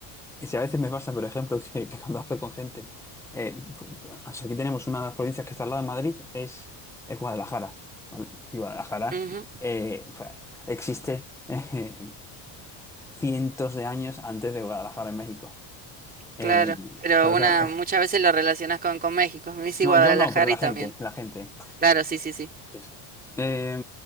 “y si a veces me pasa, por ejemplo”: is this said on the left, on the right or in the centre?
Centre